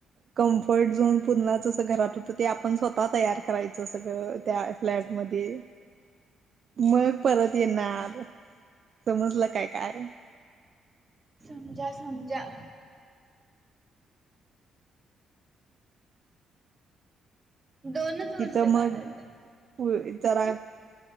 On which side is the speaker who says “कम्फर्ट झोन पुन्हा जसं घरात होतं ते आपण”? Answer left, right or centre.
Right